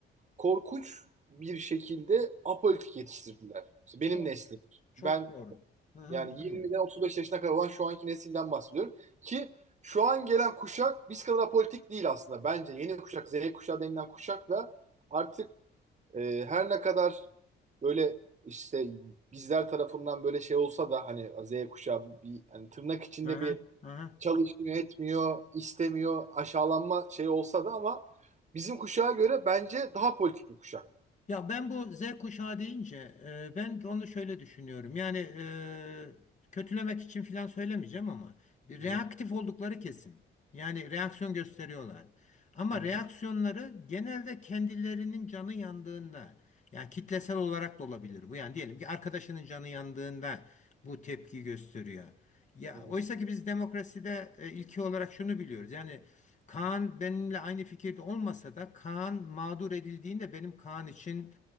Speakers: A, on the right (about 35°); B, on the left (about 35°).
A: korkunç bir şekilde apolitik yetiştirdiler. İşte benim
B: Çok
A: neslim.
B: çok
A: Ben
B: doğru. Hı hı,
A: yani
B: dinliyorum.
A: 20'den 35 yaşına kadar olan şu anki nesilden bahsediyorum. Ki şu an gelen kuşak biz kadar apolitik değil aslında. Bence yeni kuşak, Z kuşağı denilen kuşak da artık e, her ne kadar böyle işte bizler tarafından böyle şey olsa da hani Z kuşağı bir hani tırnak içinde
B: Hı hı,
A: bir
B: hı hı.
A: çalışmıyor, etmiyor, istemiyor, aşağılanma şey olsa da ama bizim kuşağa göre bence daha politik bir kuşak.
B: Ya ben bu Z kuşağı deyince e, ben onu şöyle düşünüyorum. Yani e, kötülemek için falan söylemeyeceğim ama bir
A: Hı
B: reaktif
A: hı,
B: oldukları kesin. Yani reaksiyon gösteriyorlar. Ama
A: hı hı,
B: reaksiyonları genelde kendilerinin canı yandığında yani kitlesel olarak da olabilir bu. Yani diyelim ki arkadaşının canı yandığında bu tepki gösteriyor. Ya
A: hı hı.
B: oysa ki biz demokraside e, ilki olarak şunu biliyoruz. Yani Kaan benimle aynı fikirde olmasa da Kaan mağdur edildiğinde benim Kaan için